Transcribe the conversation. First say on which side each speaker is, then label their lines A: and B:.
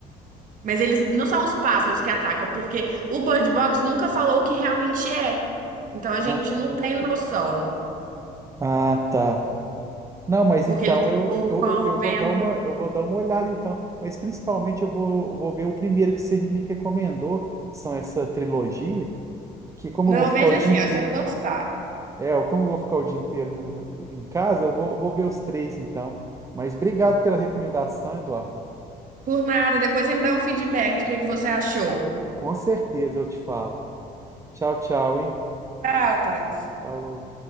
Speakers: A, on the right (about 50°); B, on the right (about 20°).
A: Mas eles não são os pássaros que atacam, porque o Bird Box nunca falou o que realmente é. Então a gente
B: ah,
A: não tem noção,
B: ah, tá. Não, mas
A: porque
B: então
A: eles estão
B: eu, eu,
A: com a
B: eu eu
A: venda.
B: vou dar uma, eu vou dar uma olhada então. Mas principalmente eu vou, vou ver o primeiro que você me recomendou, que são essa trilogia, que como
A: Não,
B: eu vou ficar
A: veja
B: o dia
A: assim,
B: inteiro.
A: ó, você vai gostar.
B: É, eu- como eu vou ficar o dia inteiro no- em casa, eu vou, vou ver os três então. Mas obrigado pela recomendação, Eduardo.
A: Por nada, depois você me dá um feedback do que que você achou.
B: Com certeza eu te falo. Tchau, tchau, hein?
A: Tchau, Thales.
B: Falou.